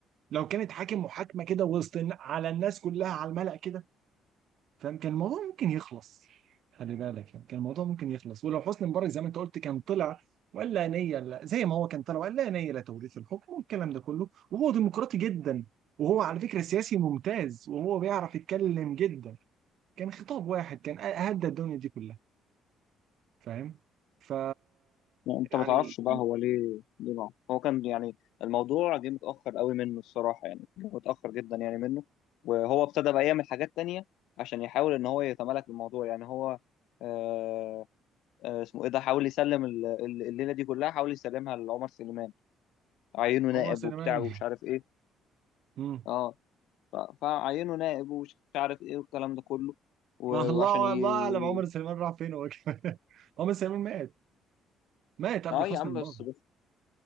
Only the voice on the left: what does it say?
يعني انت
ما تعرفش بقى هو ليه ليه معه هو كان يعني الموضوع جه متاخر قوي منه الصراحه يعني جه متاخر جدا يعني منه وهو ابتدى بقى يعمل حاجات تانية عشان يحاول ان هو يتمالك الموضوع يعني هو آه آه اسمه ايه ده حاول يسلم ال- ال- الليله دي كلها حاول يسلمها لعمر سليمان عينه
نائب
وبتاع ومش
عارف ايه
اه ف- فعينه نائب ومش عارف ايه والكلام ده كله و-
وعشان ي...
اه
يا عم
بس